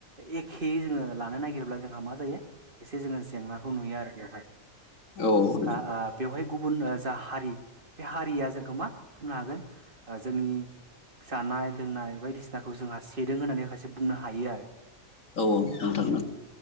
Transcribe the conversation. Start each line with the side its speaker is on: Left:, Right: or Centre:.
Right: एखे जोङो लानो नागिर्ला जोंहा मा जायो एसे जोङो जेंनाखौ नुयो आरो बेवहाय
Left: औ नोंथां
Right: दा बेवहाय गुबुन जा हारि बे हारिया जोंखौ मा खालामनो हागोन जोंनि जानाय लोंनाय बायदिसिनाखौ जोंहा सेदों होननानै माखासे बुंनो हायो आरो ।
Left: औ औ नोंथां नगौ ।